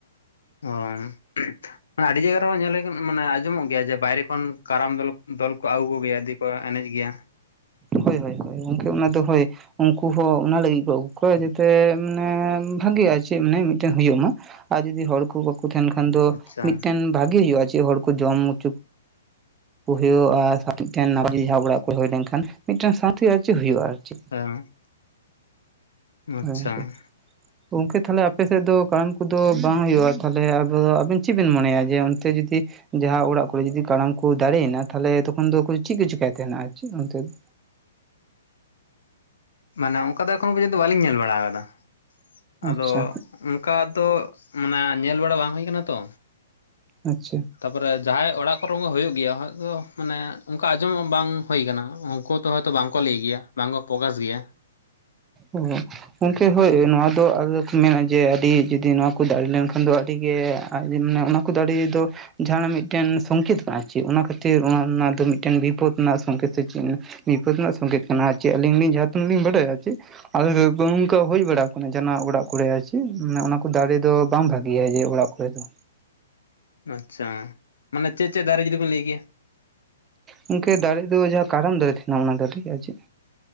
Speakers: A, on the left; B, on the right.
A: ᱚᱸ ᱢᱟᱱᱮ ᱟᱰᱤ ᱡᱟᱭᱜᱟ ᱨᱮᱦᱚᱸ ᱧᱮᱞ ᱦᱩᱭ ᱠᱟᱱᱟ᱾ ᱢᱟᱱᱮ ᱟᱸᱡᱚᱢᱚᱜ ᱜᱮᱭᱟ ᱡᱮ ᱵᱟᱭᱨᱮ ᱠᱷᱚᱱ ᱠᱟᱨᱟᱢ ᱫᱚᱞᱚ ᱫᱚᱞ‌ ᱠᱚ ᱟᱜᱩ ᱜᱮᱭᱟ ᱫᱤ ᱠᱚ ᱮᱱᱮᱡᱽ ᱜᱮᱭᱟ᱾
B: ᱦᱚᱭ ᱦᱚᱭ ᱦᱚᱭ ᱜᱚᱝᱠᱮ ᱚᱱᱟ ᱫᱚ ᱦᱚᱭ᱾ ᱩᱱᱠᱩ ᱦᱚᱸ ᱚᱱᱟ ᱞᱟᱹᱜᱤᱜ ᱠᱚ ᱟᱹᱜᱩ ᱠᱚᱣᱟ ᱡᱟᱛᱮ ᱢᱟᱱᱮ ᱵᱷᱟᱜᱤᱜ-ᱟ ᱪᱮᱜ ᱢᱟᱱᱮ ᱢᱤᱫᱴᱮᱱ ᱦᱩᱭᱩᱜ ᱢᱟ᱾ ᱟᱨ ᱡᱩᱫᱤ ᱦᱚᱲ ᱠᱩ ᱵᱟᱹᱠᱩ ᱛᱮᱦᱮᱸᱱ ᱠᱷᱟᱱ ᱫᱚ
A: ᱟᱪᱪᱷᱟ
B: ᱢᱤᱫᱴᱮᱱ ᱵᱷᱟᱜᱤ ᱦᱩᱭᱩᱜ-ᱟ ᱡᱮ ᱦᱚᱲ ᱠᱩ ᱡᱚᱢ ᱩᱪᱩ ᱠᱩ ᱠᱩ ᱦᱩᱭᱩᱜ-ᱟ ᱥᱮ ᱟᱨ ᱢᱤᱫᱴᱮᱱ ᱱᱟᱶᱟ ᱡᱤᱫᱤ ᱡᱟᱦᱟᱸ ᱚᱲᱟᱜ ᱠᱚ ᱮᱦᱚᱵ ᱮᱫᱟ ᱮᱱᱠᱷᱟᱱ ᱢᱤᱫᱴᱮᱱ ᱥᱟᱶᱛᱷᱤ ᱟᱨ ᱪᱤᱜ ᱦᱩᱭᱩᱜ-ᱟ ᱟᱨ ᱪᱤ
A: ᱦᱮᱸ ᱟᱪᱪᱷᱟ
B: ᱦᱚᱭ ᱜᱚᱝᱠᱮ ᱜᱚᱝᱠᱮ ᱛᱟᱞᱦᱮ ᱟᱯᱮ ᱥᱮᱫ ᱫᱚ ᱯᱟᱱ ᱠᱩᱫᱚ ᱵᱟᱝ ᱦᱩᱭᱩᱜ-ᱟ ᱛᱟᱦᱚᱞᱮ ᱟᱵᱚ ᱟᱵᱮᱱ ᱪᱤᱜ ᱵᱮᱱ ᱢᱚᱱᱮᱭᱟ ᱡᱮ ᱚᱱᱛᱮ ᱡᱩᱫᱤ ᱡᱟᱦᱟᱸ ᱚᱲᱟᱜ ᱠᱚᱨᱮ ᱡᱩᱫᱤ ᱠᱟᱲᱟᱢ ᱠᱩ ᱫᱟᱨᱮᱭ ᱱᱟ ᱛᱦᱟᱞᱮ ᱛᱚᱠᱷᱚᱱ ᱫᱚ ᱠᱩ ᱪᱤᱜ ᱠᱩ ᱪᱮᱠᱟᱭ ᱛᱟᱸᱦᱮᱱᱟ ᱟᱨ ᱪᱤ ᱚᱱᱛᱮ ᱫᱚ?
A: ᱢᱟᱱᱮ ᱚᱱᱠᱟ ᱫᱚ ᱮᱠᱷᱚᱱᱚ ᱯᱚᱨᱡᱚᱱᱛᱚ ᱵᱟᱞᱤᱧ ᱧᱮᱞ ᱵᱟᱲᱟᱣ ᱠᱟᱫᱟ ᱟᱫᱚ
B: ᱟᱪᱪᱷᱟ
A: ᱚᱸ ᱠᱟ ᱫᱚ ᱢᱟᱱᱮ ᱧᱮᱞ ᱵᱟᱲᱟ ᱵᱟᱝ ᱦᱩᱭ ᱠᱟᱱᱟ ᱛᱚ
B: ᱟᱪᱪᱷᱟ᱾
A: ᱛᱟᱯᱚᱨᱮ ᱡᱟᱦᱟᱸᱭ ᱚᱲᱟᱜ ᱠᱚᱨᱮ ᱢᱟ ᱦᱩᱭᱩᱜ ᱜᱮᱭᱟ ᱦᱟᱸᱜ ᱫᱚ ᱢᱟᱱᱮ ᱚᱝᱠᱟ ᱟᱸᱡᱚᱢᱚ ᱵᱟᱝ ᱦᱩᱭ ᱠᱟᱱᱟ ᱩᱱᱠᱩ ᱛᱚ ᱦᱳᱭ ᱛᱚ ᱵᱟᱝ ᱠᱚ ᱞᱟᱹᱭ ᱜᱮᱭᱟ ᱵᱟᱝ ᱠᱚ ᱯᱚᱠᱟᱥ ᱜᱮᱭᱟ᱾
B: ᱩᱸᱦᱩᱸᱜ ᱜᱚᱝᱠᱮ ᱦᱳᱭ ᱱᱚᱣᱟ ᱫᱚ ᱟᱹᱞᱠ ᱢᱮᱱᱟ ᱡᱮ ᱟᱹᱰᱤ ᱡᱩᱫᱤ ᱱᱚᱣᱟ ᱠᱩᱫ ᱟᱹᱲᱤ ᱞᱮᱱᱠᱷᱟᱱ ᱫᱚ ᱟᱹᱰᱤ ᱜᱮ ᱟᱡ ᱜᱤ ᱢᱟᱱᱮ ᱚᱱᱟ ᱠᱩᱫᱟᱹᱲᱤ ᱫᱚ ᱡᱟᱦᱟᱸᱱᱟᱜ ᱢᱤᱫᱴᱮᱱ ᱥᱚᱝᱠᱷᱮᱛ ᱛᱟᱸᱦᱮ ᱩᱪᱤ ᱚᱱᱟ ᱠᱷᱟᱹᱛᱤᱨ ᱚᱱᱟ ᱨᱮᱱᱟᱜ ᱫᱚ ᱢᱤᱫᱴᱮᱱ ᱵᱤᱯᱚᱫ ᱨᱮᱱᱟᱜ ᱥᱚᱝᱠᱷᱮᱛ ᱫᱚ ᱪᱮᱫ ᱢᱮᱱᱟ ᱵᱤᱯᱟᱹᱫ ᱨᱮᱱᱟᱜ ᱥᱚᱝᱠᱮᱛ ᱠᱟᱱᱟ ᱪᱮᱫ ᱟᱹᱞᱤᱧ ᱞᱤᱧ ᱡᱟᱦᱟᱸ ᱛᱤᱱᱟᱹᱜ ᱞᱤᱧ ᱵᱟᱰᱟᱭᱟ ᱪᱮ ᱟᱨ ᱵᱟᱝ ᱚᱝᱠᱟ ᱦᱩᱭ ᱵᱟᱲᱟᱣ ᱠᱟᱱᱟ ᱡᱟᱦᱟᱸᱱᱟᱜ ᱚᱲᱟᱜ ᱠᱚᱨᱮ ᱟᱪᱮ ᱢᱟᱱᱮ ᱚᱱᱟ ᱠᱩ ᱫᱟᱨᱮ ᱫᱚ ᱵᱟᱝ ᱵᱷᱟᱠ ᱜᱮᱭᱟ ᱡᱮ ᱚᱲᱟᱜ ᱠᱚᱨᱮ ᱫᱚ
A: ᱟᱪᱪᱷᱟ ᱢᱟᱱᱮ ᱪᱮᱫ ᱪᱮᱫ ᱫᱟᱨᱮ ᱡᱩᱫᱤ ᱵᱤᱱ ᱞᱟᱹᱭ ᱠᱮᱭᱟ?
B: ᱜᱚᱝᱠᱮ ᱫᱟᱨᱮ ᱫᱚ ᱡᱟᱦᱟᱸ ᱠᱟᱨᱟᱢ ᱫᱟᱨᱮ ᱛᱟᱦᱮᱸᱱᱟ ᱚᱱᱟ ᱫᱟᱨᱮ ᱜᱮ ᱟᱨ ᱪᱮᱫ?